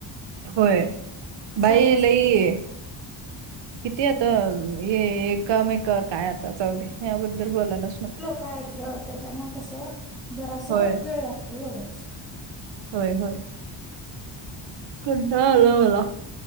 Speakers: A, on the right; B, in the centre.
A: होय बाई
B: घर बसल्या
A: लईे
B: तेवढंच
A: किती आता ये एकामेकर काय आता चौध याबद्दल बोलायलाच नको.
B: कायत ग त्याच्यामुळे कसं जरासं
A: होय
B: वेळ लागतो एवढंच.
A: होय होय कोणचा आलावाला